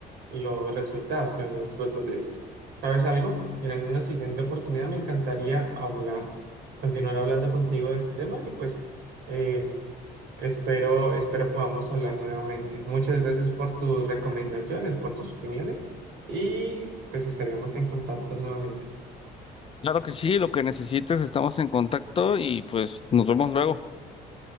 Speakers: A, on the right (about 85°); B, on the left (about 35°).
A: los resultados, se ven los frutos de esto. ¿Sabes algo? Mira, en una siguiente oportunidad me encantaría hablar, continuar hablando contigo de este tema y pues eh, espero, espero podamos hablar nuevamente. Muchas gracias por tus recomendaciones, por tus opiniones y pues estaríamos en contacto nuevamente.
B: Claro que sí, lo que necesites, estamos en contacto y pues nos vemos luego.